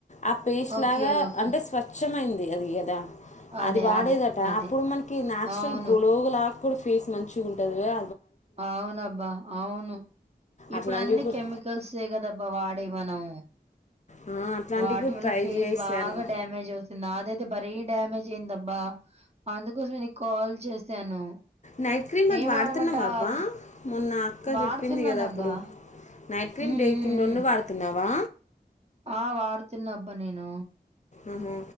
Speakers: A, on the left; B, on the right.
A: ఆ పేస్ట్
B: ఓకే.
A: లాగా
B: ఓకే.
A: అంటే స్వచ్ఛమైంది అది యాద్ ద్ద
B: అదే.
A: అది వాడేదట
B: అదే. అదే.
A: అప్పుడు మనకి నాచురల్
B: అవును.
A: గ్లోగు లాగా కుడు ఫేస్ మంచిగా ఉంటది గదా
B: అవునబ్బా అవును ఇప్పుడు
A: అట్లాంటివి
B: అన్ని
A: కూడా
B: కెమికల్సే కదబ్బా వాడేవి మనం
A: ఆ, అట్లాంటివి
B: వాటి
A: కూడా
B: వల్ల
A: ట్రై
B: ఫేస్
A: చేశాను
B: బాగా డామేజ్ అవుతుంది నాదే తే భరీ డ్యామేజ్ అయిందబ్బా అందుకోసం నే కాల్ చేశాను
A: నైట్ క్రీమ్ అది
B: ఏం
A: వాడుతున్నావా
B: వాడమంటావు?
A: అబ్బా
B: అవి
A: మొన్న అక్క
B: వాడుతున్నానబ్బా
A: చెప్పింది కదా అప్పుడు నైట్ క్రీమ్
B: హ్మ్.
A: డే
B: హ్మ్.
A: క్రీమ్
B: హ్మ్.
A: రెండు వాడుతున్నావా
B: ఆ! వాడుతున్నా అబ్బా నేను
A: అహు